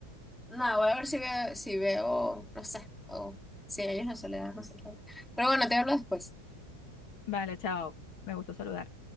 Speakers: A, in the centre; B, on the left.
A: no, voy a ver si veo, si veo, no sé, o si hay una soledad, no sé qué. Pero bueno, te hablo después.
B: vale, chao, me gustó saludar.